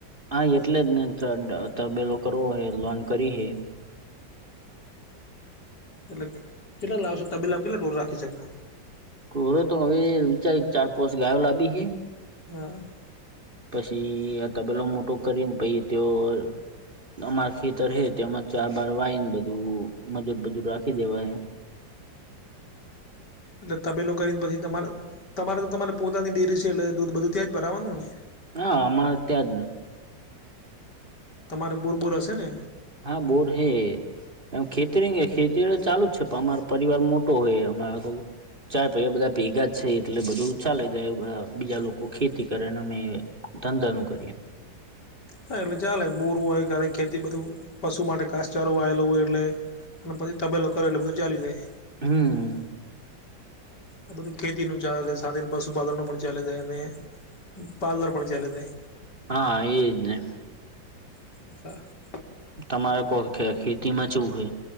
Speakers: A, on the right; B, on the left.
A: હા એટલે જ ને તબેલો કરવો હોય લોન કરી હે.
B: એટલે કેટલા લાવશે તબીલામ કેટ ડોર રાખી શકે?
A: ખોરો તો હવે વિચાર્યું હે કે ચાર પાંચ ગાયો લાબી હે.
B: હમ્મ.
A: પછી આ તબેલો મોટો કરીને પહિ ત્યોં અમારા ખેતર હે તેમાં ચાર બાર વાઈને બધું મજૂર બજુર રાખી દેવા હ.
B: એટલે તબેલો કરી પછી તમારે તમારે તો તમારે પોતાની ડેરી છે એટલે દૂધ બધું ત્યાં જ ભરાવાનું ને?
A: હા અમારે ત્યાં જ.
B: તમારે બોરબોર હશે ને?
A: હા બોર હૈ. એમ ખેતરી ખેતી તો ચાલુ જ છે પણ અમારો પરિવાર મોટો હોય અમારે ક ચાર પૈયા બધા ભેગા જ છે એટલે બધું ચાલે જાય બીજા લોકો ખેતી કરે ને અમે ધંધાનું કરીએ.
B: સાર એટલે ચાલે બોરું ક ખેતી બધું પશુ માટે કાસચારો વાયેલો હોય એટલે અને પછી તબેલો કરો એટલે બધું ચાલી જાય.
A: હમ્મ.
B: આ બધું ખેતી નું ચાલે સાથે પશુપાલન નું પણ ચાલે છે અને પાર્લર પણ ચાલે તા.
A: હા એ જને.
B: <inaudible>
A: તમારે કોઈ ખેતી માં ચવું હોય